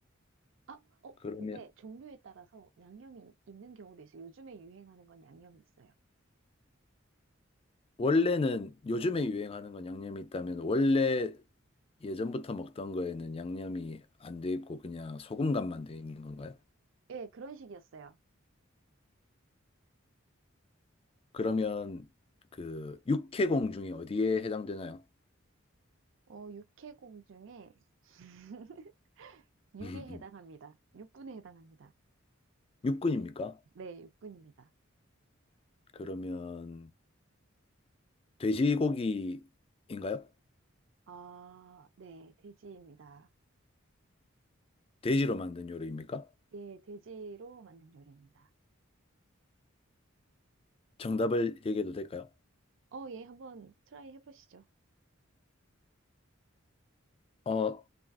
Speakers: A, on the right (about 65°); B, on the left (about 30°).
A: 아, 어,
B: 그러면
A: 근데 종류에 따라서 양념이 있- 있는 경우도 있어요. 요즘에 유행하는 건 양념이 있어요.
B: 원래는 요즘에 유행하는 건 양념이 있다면 원래 예전부터 먹던 거에는 양념이 안 돼 있고 그냥 소금간만 돼 있는 건가요?
A: 예, 그런 식이었어요.
B: 그러면 그 육해공 중에 어디에 해당되나요?
A: 어, 육해공 중에 <laughs> 육에
B: <laughs>
A: 해당합니다. 육군에 해당합니다.
B: 육군입니까?
A: 네, 육군입니다.
B: 그러면 돼지고기인가요?
A: 아, 네, 돼지입니다.
B: 돼지로 만든 요리입니까?
A: 예, 돼지로 만든 요리입니다.
B: 정답을 얘기해도 될까요?
A: 어, 예, 한번 트라이 해보시죠.
B: 어,